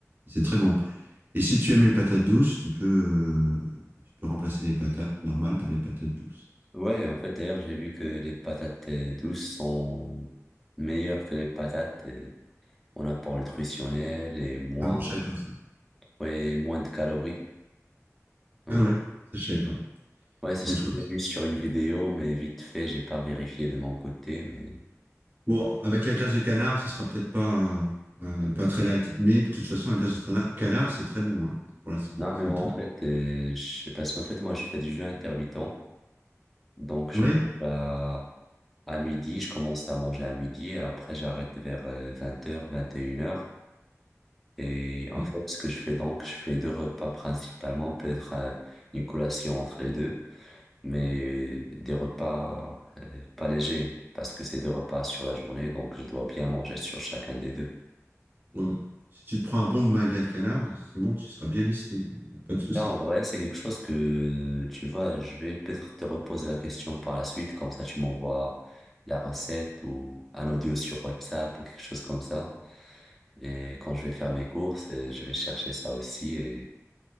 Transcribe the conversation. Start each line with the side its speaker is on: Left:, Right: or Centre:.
Right: Et C'est très bon. Et si tu aimes les patates douces, tu peux, euh, tu peux remplacer les patates normales par les patates douces.
Centre: Ouais, en fait, d'ailleurs, j'ai vu que les patates euh, douces sont meilleures que les patates euh, en apport nutritionnel et moins,
Right: Ah bon, je savais pas ça.
Centre: ouais, moins de calories. Ouais,
Right: Ah ouais, ça, je savais pas.
Centre: Ouais, c'est ce
Right: En tout
Centre: que
Right: cas,
Centre: j'ai vu sur une vidéo, mais vite fait, j'ai pas vérifié de mon côté, mais
Right: bon, avec la graisse de canard, ça sera peut-être pas, euh, pas très light. Mais de toute façon, la graisse de trana- canard, c'est très bon hein, pour la santé.
Centre: non,
Right: C'est
Centre: mais moi,
Right: une très-
Centre: en fait, euh, je sais parce qu'en fait, moi, je fais du jeûne intermittent, donc je
Right: Ouais.
Centre: mange à À midi, je commence à manger à midi et après j'arrête vers euh, vingt heures, vingt et une heures. Et en
Right: Ouais. Ouais.
Centre: fait, ce que je fais donc, je fais deux repas principalement, peut-être euh, une collation entre les deux, mais des repas euh, pas légers, parce que c'est deux repas sur la journée, donc je dois bien manger sur chacun des deux.
Right: Bon, Si tu te prends un bon magret de canard, c'est bon, tu seras bien lesté. Il n'y a pas de souci.
Centre: Là, en vrai, c'est quelque chose que, tu vois, je vais peut-être te reposer la question par la suite, comme ça tu m'envoies la recette ou un audio sur WhatsApp ou quelque chose comme ça. Et quand je vais faire mes courses, euh, je vais chercher ça aussi et